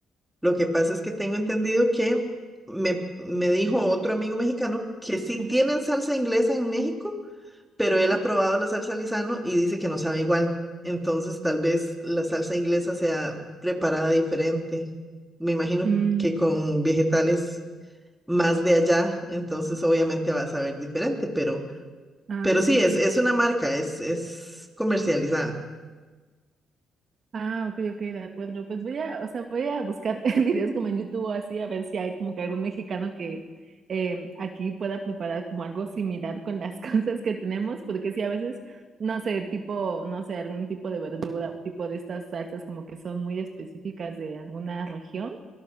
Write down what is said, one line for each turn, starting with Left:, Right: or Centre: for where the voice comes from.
Centre: Lo que pasa es que tengo entendido que me, me dijo otro amigo mexicano que sí
Right: ajá.
Centre: tienen salsa inglesa en México, pero
Right: Ajá.
Centre: él ha probado la salsa Lizano y dice que no sabe igual. Entonces, tal vez la salsa inglesa sea preparada diferente. Me imagino
Right: Mm,
Centre: que con vegetales más de allá, entonces obviamente va a saber diferente, pero,
Right: ah,
Centre: pero
Right: sí,
Centre: sí, es,
Right: sí.
Centre: es una marca, es, es comercializada.
Right: Ah, ok, ok, de acuerdo. Pues voy a, o sea, voy a buscar <laughs> videos como en YouTube o así, a ver si hay como que algún mexicano que eh, aquí pueda preparar como algo similar con las <laughs> cosas que tenemos, porque sí, a veces, no sé, tipo, no sé, algún tipo de verdura o tipo de estas salsas como que son muy específicas de alguna región,